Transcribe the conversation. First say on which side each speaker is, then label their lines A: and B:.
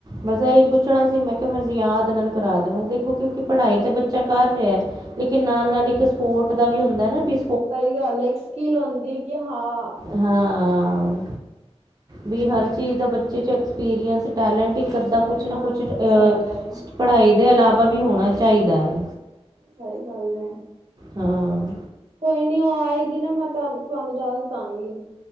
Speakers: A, on the right; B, on the right.
A: ਬਸ ਏਹੀ ਪੁੱਛਣਾ ਸੀ ਮੈਂ ਕਿਆ ਮੈਨੂੰ ਯਾਦ ਨਾਲ ਕਰਾ ਦੇਣਾ। ਦੇਖੋ ਕਿਉਂਕਿ ਪੜ੍ਹਾਈ ਤੇ ਬੱਚਾ ਕਰ ਰੇਆ। ਲੇਕਿਨ ਨਾਲ-ਨਾਲ ਇੱਕ ਸਪੋਰਟ ਦਾ ਵੀ ਹੁੰਦਾ ਨਾ ਬੀ
B: ਸਈ ਗੱਲ ਏ ਇੱਕ ਸਕੀਲ ਹੁੰਦੀ ਏ ਕਿ ਹਾਂ
A: ਹਾਂ ਵੀ ਹਰ ਚੀਜ਼ ਦਾ ਬੱਚੇ 'ਚ ਐਕਸਪੀਰੀਅੰਸ, ਟੈਲੈਂਟ ਇੱਕ ਅੱਧਾ ਕੁਛ ਨਾ
B: ਆਣਾ
A: ਕੁਛ ਅਹ,
B: ਚਾਹੀਦਾ ਹੈ।
A: ਪੜ੍ਹਾਈ ਦੇ ਇਲਾਵਾ ਵੀ ਹੋਣਾ ਚਾਹੀਦਾ ਹੈ।
B: ਸਹੀ ਗੱਲ ਹੈ।
A: ਹਾਂ।
B: ਕੋਈ ਨੀ, ਉਹ ਆਏਗੀ ਨਾ, ਮੈਂ ਤੁਹਾਨੂੰ ਦੱਸ ਦਵਾਂਗੀ।